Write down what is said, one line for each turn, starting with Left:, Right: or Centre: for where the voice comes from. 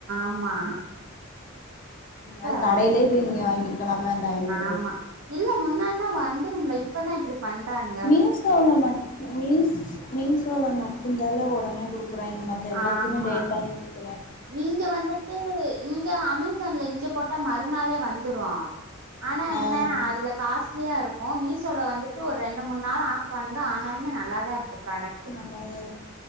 Right: ஆமா
Left: அது
Right: ஆ
Left: கடையிலயே போய் நீங்க வாங்கிருக்கலா அந்த ஐநூறு ரூபாய்க்கி
Right: ஆமா இல்ல முன்னான்னா வந்துரும்ல இப்பதா இப்டி பண்றான்
Left: மீசோலா மட் மீஸ் மீசோல மட்டும்தாலே ஒடனே குடுக்குறாங்க மத்த எல்லாத்துலயுமே
Right: ஆமா
Left: லேட்டாதா கு
Right: இங்க வந்துட்டு இங்க அமேசான்ல இங்க போட்டா மறுநாளே வந்துரு ஆனா என்ன
Left: ஆ
Right: அதுல காஸ்லியா இருக்கு மீசோல வந்துட்டு ஒரு ரெண்டு மூணு நாள் ஆ வந்து ஆனாலுமே நல்லா தா இருக்கு ப்ராடக்ட்டு
Left: அதாவது